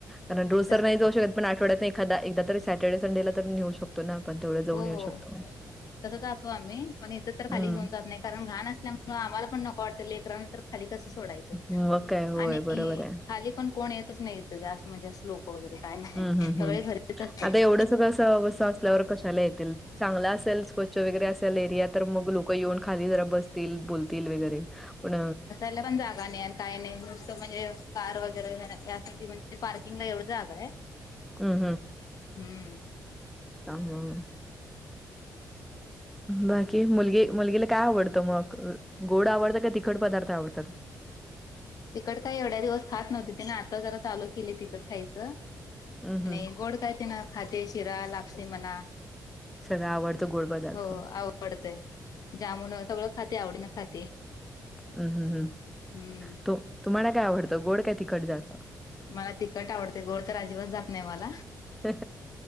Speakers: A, in the centre; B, on the left.
A: कारण रोज
B: तसच
A: तर नाही जाऊ शकतं पण आठवड्यातन एखादा एकदा तरी सॅटर्डे संडेला तर नेऊ शक तो ना आपण तेवढं. जाऊन
B: हो
A: येऊ
B: हो
A: शकतो.
B: तसं जातो आम्ही, पण इथं तर
A: हं
B: खाली घेऊन जात नाही कारण घाण असल्यामुळे आम्हाला पण नको वाटतं लेकरान तर खाली कसं सोडायचं
A: मग काय होय
B: आणि
A: बरोबर आहे.
B: खाली पण कोण येतच नाही इथं जास्त म्हणजे लोक वगैरे काय नाही,
A: हं, हं,
B: सगळे
A: हं.
B: घरीच असते
A: आता
B: ते.
A: एवढं सगळं असल्यावर कशाला येतील चांगल असेल स्व च्छ वगैरे असेल एरिया तर मग लोक येऊन खाली जरा बसतील बोलतील वगैरे पण
B: यला पण जागा नाही काही नाही नुसतं म्हणजे कार वगैरे यासाठी म्हणजे पार्किंग ला एवूढ जागा आहे.
A: हं,
B: हम्म.
A: हं बाकी मुलगी मुलगीला काय आवडतं मग? गोड आवडतं का तिखट पदार्थ आवडतात?
B: तिखट काही एवढ्या दिवस खात नव्हती तिने आता जरा चालू केली तिखट खायचं,
A: हं,
B: आणि
A: हं.
B: गोड काय तेन खाते शिरा लापसी म्हणा.
A: सगळा आवडतो गोड पदार्थ.
B: हो आवडतयं जामुन सगळं खाते आवडीन खाते.
A: हम्म हम् हम्
B: हम्म.
A: तो तुम्हाला काय आवडतं गोड काय तिखट जास्त?
B: मला तिकट आवडतयं गोड तर अजिबात जात नाही मला.
A: <inaudible>